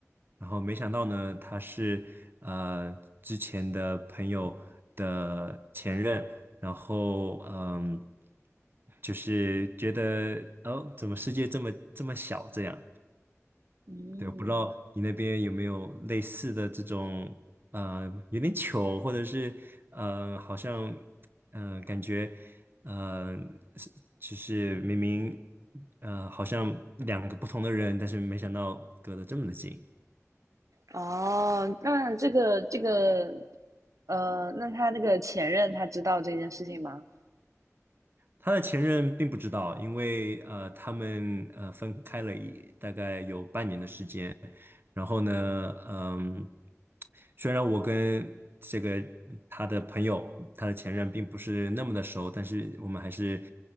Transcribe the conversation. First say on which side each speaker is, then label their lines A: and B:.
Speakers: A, on the right; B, on the right.
A: 然后没想到呢，他是呃之前的朋友的前任，然后嗯，就是觉得哦，怎么世界这么这么小这样，
B: 嗯，
A: 对，我不知道你那边有没有类似的这种，呃，有点糗，或者是，呃，好像，呃，感觉，呃，是就是明明，呃，好像两个不同的人，但是没想到隔得这么的近。
B: 哦，那这个这个，呃，那他那个前任他知道这件事情吗？
A: 他的前任并不知道，因为呃，他们呃分开了一大概有半年的时间。然后呢，嗯，虽然我跟这个他的朋友，他的前任并不是那么的熟，但是我们还是